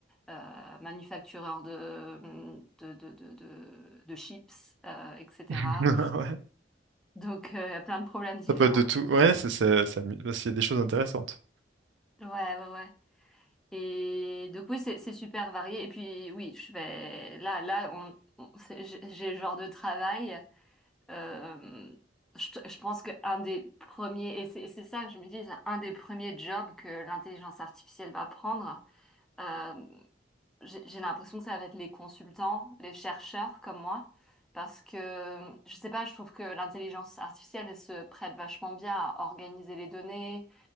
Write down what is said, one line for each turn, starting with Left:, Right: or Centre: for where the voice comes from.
Centre: euh, manufactureur de, de, de, de, de- de chips, euh, etc.
Right: <laughs> Ouais.
Centre: Donc euh, plein de problèmes différents.
Right: Ça peut être de tout. Ouais, c'est, c'est, ça, me- parce qu'il y a des choses intéressantes.
Centre: Ouais, ouais, ouais. Et donc oui, c'est c'est super varié. Et puis oui, je vais là, là, on, on- c'est- j'ai j'ai le genre de travail. Euh, je, je pense qu'un des premiers, et c'est et c'est ça que je me dis, c'est un des premiers jobs que l'intelligence artificielle va prendre. Euh, j'ai j'ai l'impression que ça va être les consultants, les chercheurs comme moi, parce que, je sais pas, je trouve que l'intelligence artificielle elle se prête vachement bien à organiser les données.